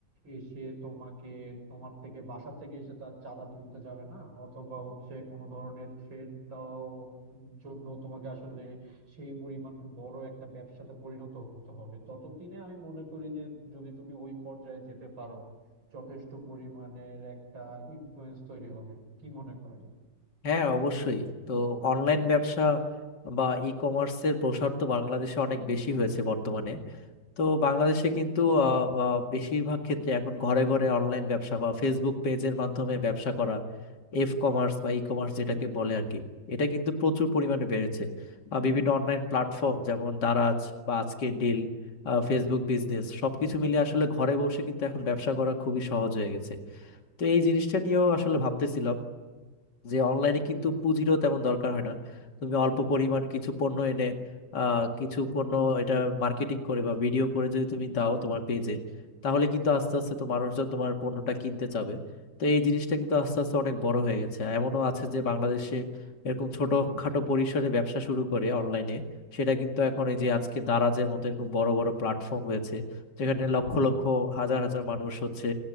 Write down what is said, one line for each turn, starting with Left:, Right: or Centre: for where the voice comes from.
Right: এসে তোমাকে তোমার থেকে বাসা থেকে এসে তার চাঁদা তুলতে যাবে না অথবা হচ্ছে কোনো ধরনের থ্রেড দেওয়ার জন্য তোমাকে আসলে সেই পরিমাণ বড় একটা ব্যবসাতে পরিণত হতে হবে ততদিনে আমি মনে করি যে যদি তুমি ওই পর্যায়ে যেতে পারো যথেষ্ট পরিমাণের একটা ইনফ্লুয়েন্স তৈরি হবে কি মনে করেন
Left: হ্যাঁ অবশ্যই তো অনলাইন ব্যবসা বা ই কমার্সের প্রসার তো বাংলাদেশে অনেক বেশি হয়েছে বর্তমানে তো বাংলাদেশে কিন্তু আহ, আহ, বেশিরভাগ ক্ষেত্রে এখন ঘরে ঘরে অনলাইন ব্যবসা বা ফেসবুক পেজের মাধ্যমে ব্যবসা করা এফ কমার্স বা ই কমার্স যেটাকে বলে আর কি এটা কিন্তু প্রচুর পরিমাণে বেড়েছে আহ, বিভিন্ন অনলাইন প্ল্যাটফর্ম যেমন দারাজ বা আজকের ডিল ফেসবুক বিজনেস সবকিছু মিলে আসলে ঘরে বসে কিন্তু এখন ব্যবসা করা খুবই সহজ হয়ে গেছে তো এই জিনিসটা নিয়েও আসলে ভাবতেছিলাম যে অনলাইনে কিন্তু পুঁজিরও তেমন দরকার হয় না তুমি অল্প পরিমাণ কিছু পণ্য এনে আহ, কিছু পণ্য এটা মার্কেটিং করে বা ভিডিও করে যদি তুমি দাও তোমার পেজে তাহলে কিন্তু আস্তে আস্তে তো মানুষজন তোমার পণ্যটা কিনতে চাবে তো এই জিনিসটা কিন্তু আস্তে আস্তে অনেক বড় হয়ে গেছে এমনও আছে যে বাংলাদেশে এরকম ছোটখাটো পরিসরে ব্যবসা শুরু করে অনলাইনে সেটা কিন্তু এখন এই যে আজকে দারাজের মতো এরকম বড় বড় প্ল্যাটফর্ম হয়েছে যেখানে লক্ষ লক্ষ হাজার হাজার মানুষ হচ্ছে